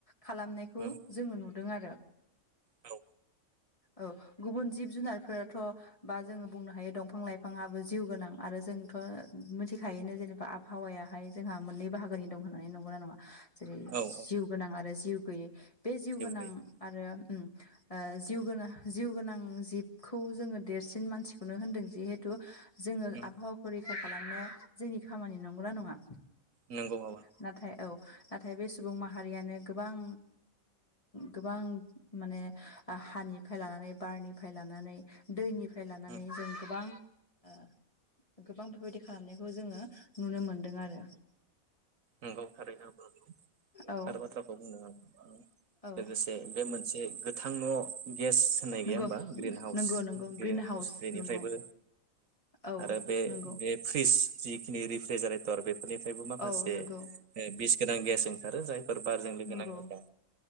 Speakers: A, on the left; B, on the right.
A: खालामनायखौ
B: उम
A: जोंङो नुदों आरो
B: औ
A: औ गुबुन जिब जुनारफोराथ बा जोङो बुंनो हायो दंफां लाइफाङाबो जिउ गोनां आरो जोंथ' मिथिखायनो जेनेबा आबहावायाहाय जोंहा मोननै बाहागोनि दं होननानै नंगौना नङा जेरै
B: औ औ
A: जिउ गोनां आरो जिउ गोैयै बे जिउ
B: जेबो
A: गोनां
B: गैया
A: आरो उम आ जिउ गोनां जिउ गोनां जिबखौ जोङो देरसिन मानसिखौनो होनदों जिहेथु जोङो
B: उम
A: आबहावाखौ रैखा खालामनो जोंनि खामानि नंगौना नङा?
B: नोंगौ बाबा
A: नाथाय औ नाथाय बे सुबुं माहारियानो गोबां गोबां माने हानिफ्राय लानानै बारनिफ्राय लानानै दैनि निफ्राय लानानै
B: उम
A: जों गोबां ओ! गोबां बेफोरबायदि खालामनायखौ जोङो नुनो मोनदों आरो।
B: नोंगौ थारैनो आब' नोंगौ
A: औ
B: थार बाथ्राखौ बुंदों नों।
A: औ
B: लोगोसे बे मोनसे गोथां न' गेस होननाय
A: नंगौ
B: गैया होमबा ग्रिन हाउस
A: नंगौ नंगौ
B: ग्रिन हाउस बेनिफ्रायबो
A: नंगौ औ
B: आरो बे
A: नंगौ
B: बे फ्रिज जिखिनि रिफ्रिजारेटर बेफोरनिफ्रायबो माखासे
A: औ नंगौ
B: बिस गोनां गेस ओंखारो जायफोर बारजों लोगो
A: नंगौ
B: नाङोब्ला